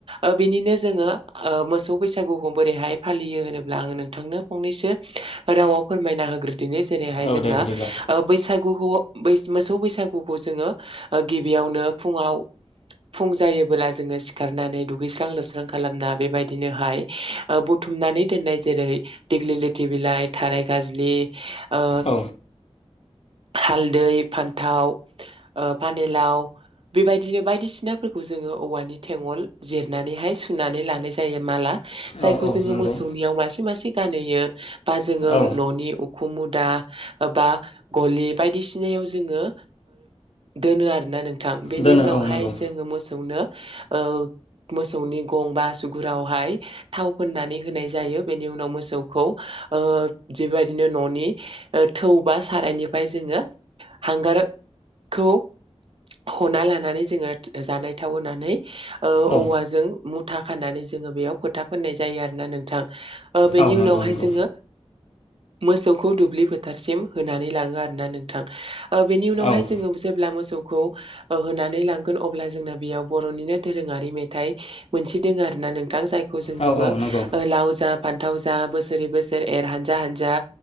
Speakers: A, on the right; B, on the left.
A: ओ बिनिनो जोङो ओ मोसौ बैसागुखौ बोरैहाय फालियो होनोब्ला आङो नोंथांनो फंनैसो रावाव फोरमायना होग्रोदोनि जेरैहाय
B: औ
A: जोंना
B: दे बिदिब्ला
A: बैसागु ब मोसौ बैसागुखौ जोङो गिबियावनो फुङाव फुं जायोबोला जोङो सिखारनानै दुगैस्रां लोबस्रां खालामना बेबायदिनोहाय बुथुमनानै दोननाय जेरै दिग्लि लेथि बिलाइ थाराय गाज्लि ओ
B: औ
A: हालदै फान्थाव ओ पानिलाव बेबायदिनो बायदिसिनाफोरखौ जोङो औवानि थेगल जिरनानैहाय सुनानै लानाय जायो माला जायखौ
B: औ औ
A: जोङो
B: नंगौ
A: मोसौनियाव मासे मासे गानहैयो बा जोङो
B: औ
A: न'नि उखुमु मुदा बा गलि बायदिसिनायाव जोङो दोनो आरोना नोंथां बेनि
B: दोनो
A: उनावहाय
B: औ नंगौ
A: जोङो मोसौनो ओ मोसौनि गं बा आसुगुरावहाय थाव फोननानै होनाय जायो बेनि उनाव मोसौखौ बेबायदिनो न'नि थौ बा सारायनिफ्राय जोङो हांगारखौ हना लानानै जोङो जानाय थाव होनानै औवाजों
B: औ
A: मुथा खानानै जोङो बेयाव फोथा फोननाय जायो आरो ना नोंथां बेनि
B: औ नंगौ
A: उनावहाय
B: नंगौ
A: जोङो मोसौखौ दुब्लि फोथारसिम होनानै लाङो आरोना नोंथां बेनि उनावहाय
B: औ
A: जोङो जेब्ला मोसौखौ होनानै लांगोन अब्ला जोंना बेयाव बर'निनो दोरोङारि मेथाइ मोनसे दोङो आरोना नोंथां जायखौ जों
B: औ
A: बुङो
B: नंगौ
A: लाव जा फान्थाव जा बोसोरै बोसोरै एर हानजा हानजा